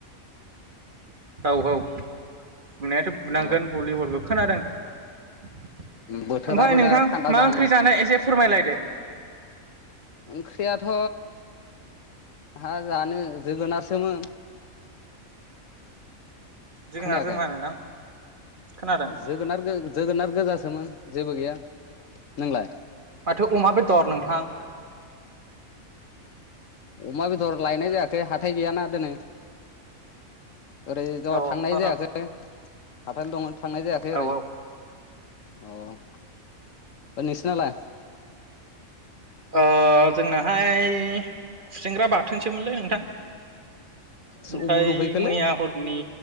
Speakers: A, on the right; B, on the left.
A: औ औ बुनायाथ' बुनांगोन
B: औ
A: भलिबलखौ खोनादों ओमफफ्राय
B: बोथोराबो
A: नोंथां
B: दा थान्दा
A: मा
B: जाहांबाय
A: ओंख्रि जानाय एसे फोरमायलायदो।
B: ओंख्रियाथ' हा जानो जोगोनारसोमोन।
A: जोगोनार
B: खोनायाखै
A: जों मा नोंथां? खोनादों
B: जोगोनार जोगोनार गोजासोमोन जेबो गैया नोंलाय
A: माथो अमा बेदर नोंथां
B: अमा बेदर लायनाय जायाखै हा हाथाय गैयाना दिनै। ओरै ज
A: औ
B: थांनाय
A: औ
B: जायासै। हाथायालाय दङ। थांनाय जायाखै
A: औ
B: ओरै
A: ओ
B: औ ओ नोंसिनालाय?
A: ओ जोंनाहाय खुसेंग्रा बाथोनसोमोनलै नोंथां। ओमफ्राय
B: अबाव लुहैखोलै
A: मैया हरनि